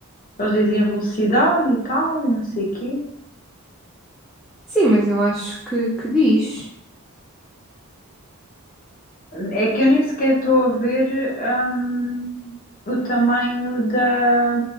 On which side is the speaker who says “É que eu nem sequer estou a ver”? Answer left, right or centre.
Left